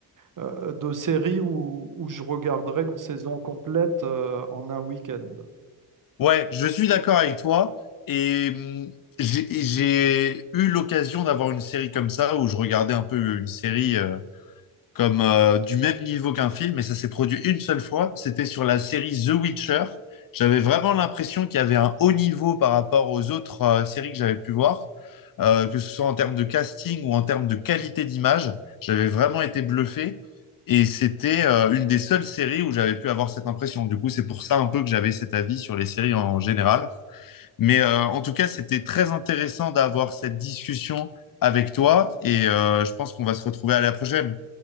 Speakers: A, on the right; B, on the left.
A: euh, de séries où, où je regarderais une saison complète euh, en un week-end.
B: Ouais, je suis d'accord avec toi. Et hum, j'ai j'ai eu l'occasion d'avoir une série comme ça où je regardais un peu une série. euh, comme euh, du même niveau qu'un film, mais ça s'est produit une seule fois. C'était sur la série The Witcher. J'avais vraiment l'impression qu'il y avait un haut niveau par rapport aux autres euh, séries que j'avais pu voir, euh, que ce soit en termes de casting ou en termes de qualité d'image. J'avais vraiment été bluffé. Et c'était euh, une des seules séries où j'avais pu avoir cette impression. Du coup, c'est pour ça un peu que j'avais cet avis sur les séries en général. Mais euh, en tout cas, c'était très intéressant d'avoir cette discussion avec toi. Et euh, je pense qu'on va se retrouver à la prochaine.